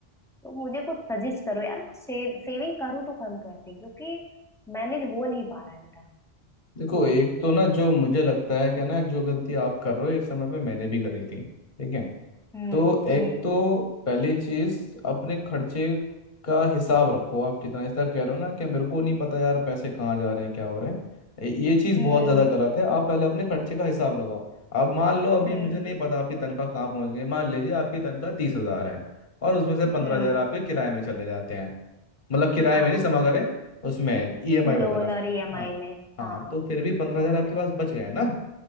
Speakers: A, in the centre; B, on the left.
A: तो मुझे कुछ सजेस्ट करो यार मैं सेव सेविंग करूँ तो करूँ कैसे क्योंकि मैनेज हो नहीं पा रहा है मेरा
B: देखो एक तो ना जो मुझे लगता है क्या ना जो गलती आप कर रहे हो एक समय पे मैंने भी करी थी ठीक है
A: हम्म
B: तो एक
A: हम्म
B: तो पहली चीज अपने खर्चे का हिसाब रखो आप कितना हिसाब कह रहे हो ना कि मेरे को नहीं पता यार पैसे कहाँ जा रहे हैं क्या हो रहे हैं ये ये चीज
A: हम्म
B: बहुत ज्यादा गलत है आप पहले अपने खर्चे का हिसाब लगाओ अब मान लो अभी
A: हम्म
B: मुझे नहीं पता आपकी तनख्वाह कहाँ पहुंच गई मान लीजिए आपकी तनख्वाह तीस हजार है और उसमें से पंद्रह
A: हम्म
B: हजार आपके किराए में चले जाते हैं मतलब किराए
A: हाँ
B: में नहीं समा करें उसमें ईएमआई
A: लोन
B: वगैरह पे
A: और ईएमआई
B: हाँ
A: में
B: हाँ
A: हाँ
B: तो फिर भी पंद्रह
A: हाँ
B: हजार आपके पास बच गए ना